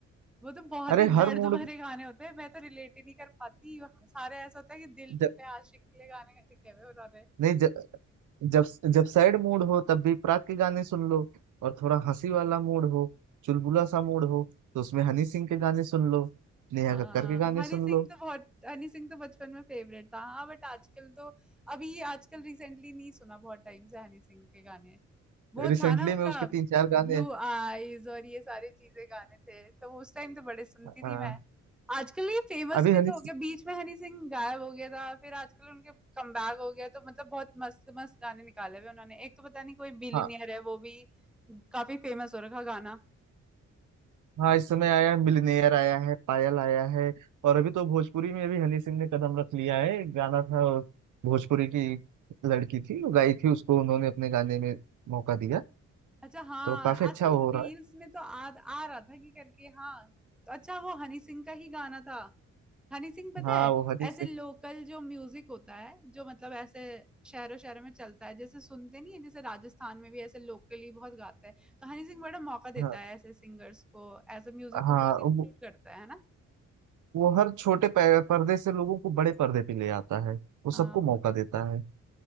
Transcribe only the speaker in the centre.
वो तो बहुत
ही
दर्द
भरे गाने होते हैं मैं तो रिलेट ही नहीं कर पाती सारे ऐसा होता है कि दिल
टूटे आशिक के लिए गाने लिखे हुए उन्होंने
हाँ
हनी
सिंह
तो बहुत हनी सिंह तो बचपन में फेवरेट था हाँ बट आजकल तो अभी आजकल रिसेंटली नहीं सुना बहुत टाइम से हनी सिंह के गाने वो
था ना उनका
ब्लू आईज और ये सारी चीजें गाने थे तो उस टाइम तो बड़े सुनती
थी मैं आजकल ये फेमस
भी
तो हो
गया बीच में हनी सिंह गायब हो गया था फिर आजकल उनके कमबैक हो गया तो मतलब बहुत मस्त मस्त गाने निकाले हुए उन्होंने एक तो पता नहीं कोई बिलियनियर
है वो भी काफी फेमस हो रखा गाना
अच्छा हाँ
आजकल
रील्स
में तो आ, आ रहा था कि करके हाँ तो अच्छा वो हनी सिंह का ही गाना था हनी सिंह पता
है
ऐसे
लोकल जो म्यूजिक होता है जो मतलब ऐसे शहरों शहरों में चलता है जैसे सुनते नहीं है जैसे राजस्थान में भी ऐसे लोकली बहुत गाते हैं तो हनी सिंह बड़ा मौका देता
है ऐसे सिंगर्स को ऐसे म्यूजिक को
बहुत इंक्लूड
करता है ना
हाँ
वो